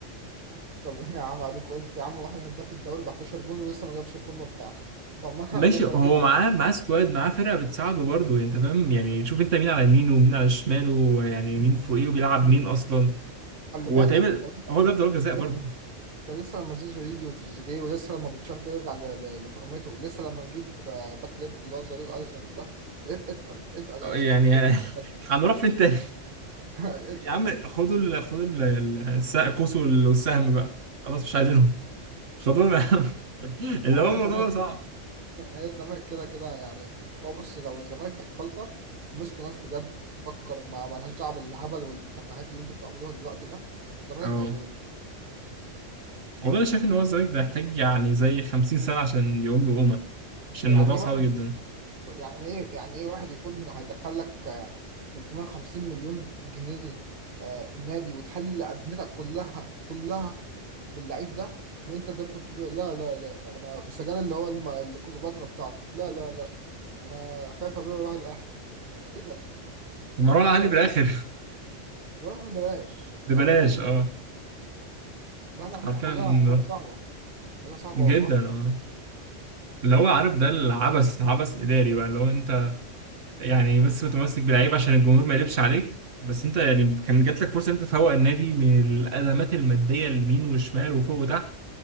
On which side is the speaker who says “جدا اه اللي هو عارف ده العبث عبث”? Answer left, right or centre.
Right